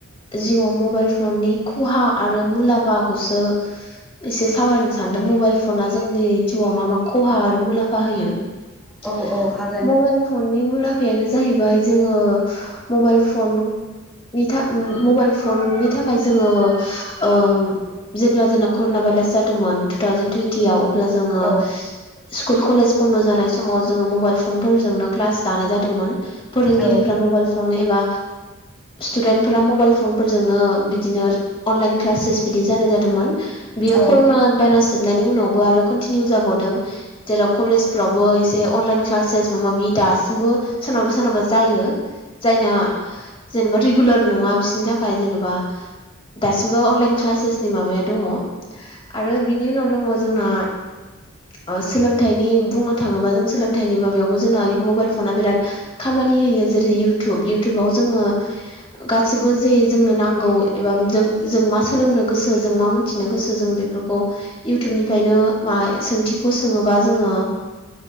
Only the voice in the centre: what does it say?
औ औ हागोन
औ
औ
औ